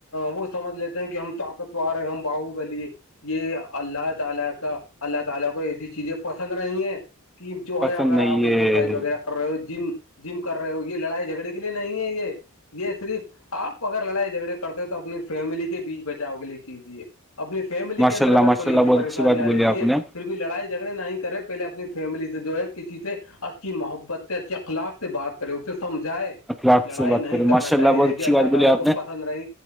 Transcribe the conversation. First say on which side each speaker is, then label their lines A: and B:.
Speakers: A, on the left (about 75°); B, in the centre.
A: وہ سمجھ لیتے ہیں کہ ہم طاقتوور ہیں ہم باہوبلی یہ اللہ تعالی کا اللہ تعالی کو ایسی چیزیں پسند کہ جو
B: پسند
A: ہے اگر
B: نہیں
A: آپ ایکسرسائز
B: ہے
A: وغیرہ کر رہے ہو جم جم کر رہے ہو یہ لڑائی جھگڑے کے لیے نہیں ہے یہ یہ صرف آپ اگر لڑائی جھگڑے کرتے ہو تو اپنی فیملی کے بیچ بچاؤ کے لیے کیجیے اپنی فیملی
B: ماشاء
A: کے اندر
B: اللہ
A: اگر
B: ماشاء
A: کوئی
B: اللہ
A: ایسی پریشانی
B: بہت اچھی بات
A: آ
B: بولی
A: دیتی
B: آپ
A: ہے
B: نے
A: پھر لڑائی جھگڑے نہ نہیں کرے پہلے اپنی فیملی سے جو ہے کسی سے اچھی محبت سے اچھے اخلاق سے سے بات کرو سمجھائے
B: اخلاق
A: لڑائی
B: سے بات
A: نہیں
B: کریں
A: کرنا
B: ماشاء
A: چاہیے
B: اللہ بہت
A: دیکھیے
B: اچھی
A: اللہ
B: بات بولی
A: تعالی
B: آپ
A: کو
B: نے
A: پسند